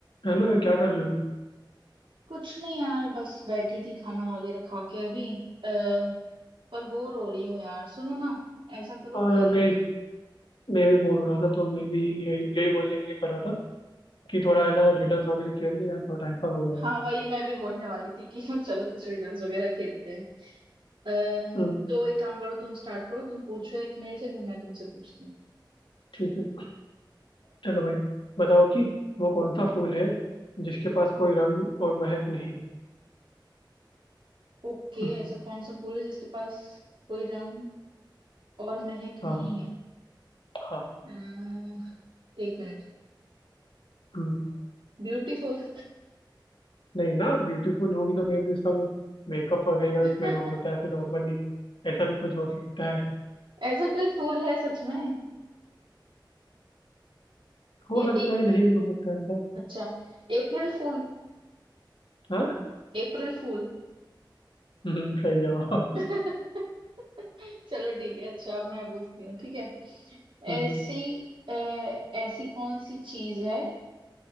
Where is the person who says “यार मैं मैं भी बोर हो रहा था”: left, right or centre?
Left